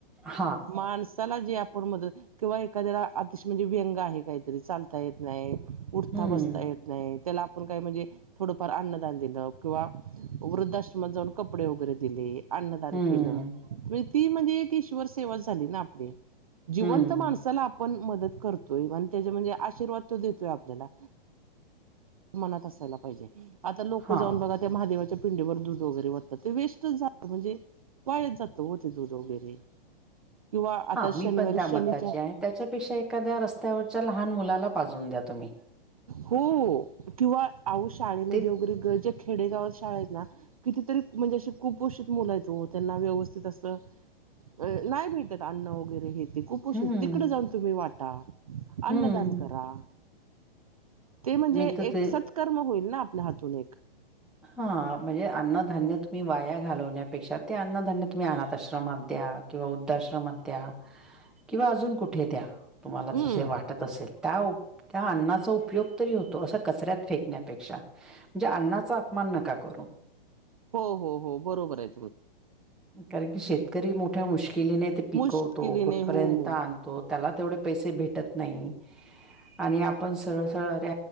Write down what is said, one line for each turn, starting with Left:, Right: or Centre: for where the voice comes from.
Centre: हां
Right: माणसाला जे आपण मदत किंवा एखाद्याला अतिशय म्हणजे व्यंग आहे काय तरी चालता येत नाही, उठता,
Centre: हम्म.
Right: बसता येत नाही त्याला आपण काय म्हणजे थोडंफार अन्नदान दिलं किंवा वृद्धाश्रमात जाऊन कपडे वगैरे दिले अन्नदान
Centre: हम्म.
Right: केलं म्हणजे ती म्हणजे एक ईश्वर सेवा झाली ना आपली जिवंत
Centre: हम्म.
Right: माणसाला आपण मदत करतोय आणि त्याच्या म्हणजे आशीर्वाद तो देतोय आपल्याला मनात असायला पाहिजे आता लोक
Centre: हा.
Right: जाऊन बघा त्या महादेवाच्या पिंडेवर दुध वगैरे वतात ते वेस्टच जा म्हणजे वायाच जात ओ ते दूध वगैरे किंवा आता
Centre: हा मी
Right: शनिवारी
Centre: पण त्या
Right: शनीच्या
Centre: मताची आहे त्याच्यापेक्षा एखाद्या रस्त्यावरच्या लहान मुलाला पाजवून द्या तुम्ही
Right: हो किंवा आहो शाळेमध्ये
Centre: ते
Right: वगैरे गर् ज्या खेडेगावात शाळा आहेत ना कितीतरी म्हणजे असे कुपोषित मुल आहेत ओ त्यांना व्यवस्थित असं अ नाही भेटत अन्न वगैरे हे ते कुपुशी
Centre: हम्म.
Right: तिकडे जाऊन तुम्ही वाटा अन्नदान
Centre: हम्म.
Right: करा ते म्हणजे
Centre: मी तर
Right: एक
Centre: ते
Right: सत्कर्म होईल ना आपल्या हातून एक
Centre: हा म्हणजे अन्नधान्य तुम्ही वाया घालवण्यापेक्षा ते अन्नधान्य तुम्ही अनाथ आश्रमात द्या किंवा वृद्धाआश्रमात द्या किंवा अजून कुठे द्या तुम्हाला
Right: हम्म
Centre: जसे वाट असेल त्या त्या अन्नाचा उपयोग तरी होतो असं कचऱ्यात फेकण्यापेक्षा म्हणजे अण्णाचा अपमान नका करू
Right: हो, हो, हो बरोबर आहे
Centre: कारण की शेतकरी मोठ्या मुश्किलीने ते पिकवतो
Right: मुश्किलीने
Centre: कुठपर्यंत
Right: हो
Centre: आण त त्याला तेवढे पैसे भेटत नाही आणि आपण सरळ, सरळ अरे